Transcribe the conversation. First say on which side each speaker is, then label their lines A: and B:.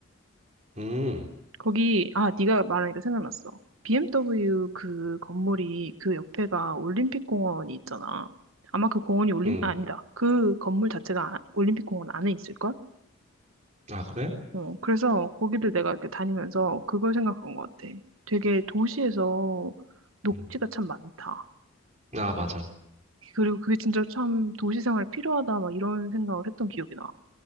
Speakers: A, on the right; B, on the right.
A: 음.
B: 거기 아 네가 말하니까 생각났어. BMW 그 건물이 그 옆에가 올림픽공원이 있잖아. 아마 그 공원이 올림
A: 음.
B: 아, 아니다. 그 건물 자체가 아- 올림픽공원 안에 있을걸?
A: 아, 그래?
B: 어 그래서 거기를 내가 이렇게 다니면서 그걸 생각한 것 같아. 되게 도시에서 녹지가
A: 음.
B: 참 많다.
A: 아, 맞아.
B: 그리고 그게 진짜 참 도시 생활에 필요하다 막 이런 생각을 했던 기억이 나.